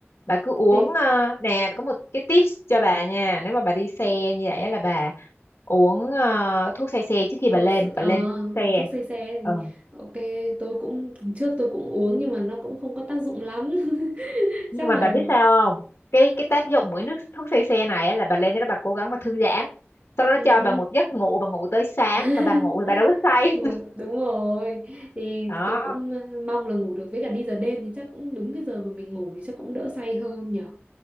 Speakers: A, on the left; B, on the right.
A: bà cứ uống
B: Thế
A: ờ, nè có một cái tips cho bà nha nếu mà bà đi xe
B: ờ,
A: như vậy á là bà uống ờ, thuốc say xe trước khi
B: thuốc
A: bà lên bà
B: ờ,
A: lên xe
B: thuốc say xe thì
A: ừ.
B: ok tôi cũng trước tôi cũng uống nhưng mà nó cũng không có tác dụng lắm <laughs>
A: nhưng
B: chắc
A: mà
B: là
A: bà biết sao không cái cái tác dụng của nước thuốc say xe này á là bà lên cho đó bà cố gắng bà thư giãn sau đó nó
B: ừ.
A: cho
B: hứ.
A: bà một giấc ngủ bà ngủ tới sáng
B: <laughs>
A: mà bà ngủ thì bà đâu có say
B: rồi đúng rồi thì
A: <laughs> đó
B: tôi cũng ờ, mong là ngủ được với cả đi giờ đêm thì chắc cũng đúng cái giờ mà mình ngủ thì chắc cũng đỡ say hơn nhở